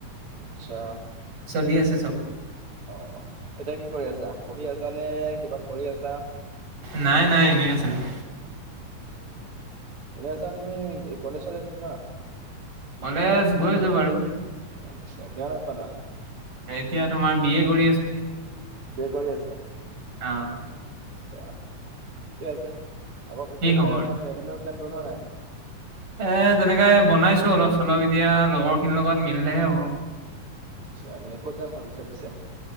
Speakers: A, on the right; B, on the right.
A: আচছা।
B: চলি আছে চব
A: অ' এতিয়া কি কৰি আছা, পঢ়ি আছা নে কিবা কৰি আছা?
B: নাই নাই এনেই আছিলোঁ।
A: ভালে আছ নে তুমি কলেজ থলেচ নোযোৱা?
B: কলেজ গৈ আছোঁ বাৰু।
A: আচ্ছা কিমানত পালা?
B: এতিয়া তোমাৰ বি এ কৰি আছোঁ।
A: বে কৰি আছা।
B: অ'।
A: আছা ঠিকে আছে, আকৌ পিছে
B: কি
A: এতিয়া
B: খবৰ
A: একো ট্ৰেভেলৰ প্লেন বনোৱা নাই?
B: এ তেনেকে বনাইছো অলপ চলপ এতিয়া লগৰ খিনিৰ লগত মিলিলেহে হ'ব।
A: আটচা মানে ক'ত যাম ভাবিছা পিছে?